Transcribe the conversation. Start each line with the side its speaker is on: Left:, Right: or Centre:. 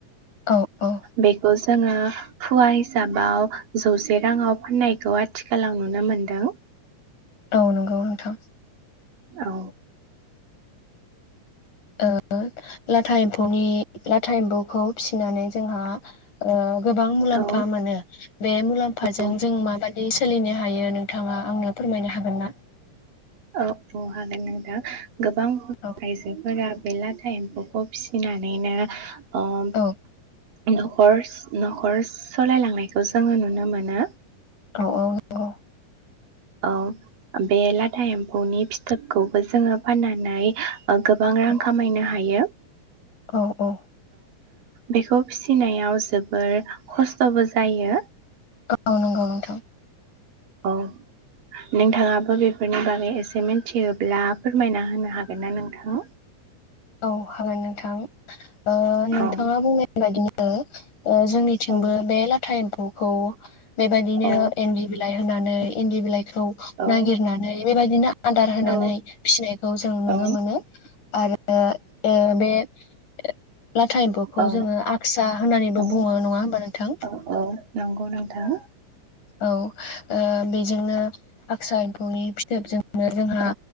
Left: औ औ
Right: बेखौ जोङो फुवा हिसाबाव जौसे राङाव फाननायखौ आथिखालाव नुनो मोनदों
Left: औ नंगौ नोंथां
Right: औ
Left: ओ लाथा एमफौनि लाथा एम्फौखौ फिसिनानै। जोंहा ओ गोबां मुलाम्फा
Right: औ
Left: मोनो बे मुलामों
Right: औ
Left: जों माबादि- सोलिनो हायो नोंथाङा आंनो फोरमायनो हागोन ना?
Right: औ औ हागोन नोंथां। गोबां
Left: औ
Right: आइजोफोरा। मेनला टाएम एम्फौ फिसिनानैनो अम
Left: औ
Right: न'खर न'खर सलायलांनायखौ जोङो नुनो मोनो।
Left: औ औ औ
Right: औ बे लाथा एम्फौनि फिथोबखौबो जोङो फाननानै। गोबां रां
Left: औ
Right: खामायनो हायो।
Left: औ औ
Right: बेखौ फिसिनायाव जोबोर खस्थबो जायो।
Left: औ नंगौ नोंथां
Right: औ नोंथाङाबो बेफोरनि बागै एसे मिथियोब्ला फोरमायना होनो हागोन ना नोंथां?
Left: औ हागोन नोंथां। ओ नोंथाङा
Right: औ
Left: बुंनाय बादिनो ओ जोंनिथिंबो
Right: औ
Left: बे लाथा एम्फौ- खौ बेबायदिनो
Right: औ
Left: एनदि बिलाइ होनानै इन्दि बिलाइ- खौ‌
Right: औ
Left: नागिरनानै बेबायदि आदार होनानै
Right: औ
Left: फिसिनायखौ जों नुनो
Right: औ
Left: मोनो आरो ओ ए बे <unintelligible> ब्लाथाय एम्फौ'खौ
Right: औ
Left: जोङो आक्सा होननानैबो
Right: औ
Left: बुङो नङा होमबा नोंथां।
Right: औ औ नंगौ नोंथां
Left: औ ओ बेजोंनो आक्सा एम्फौनि फिथोबजों- नों जोंहा
Right: औ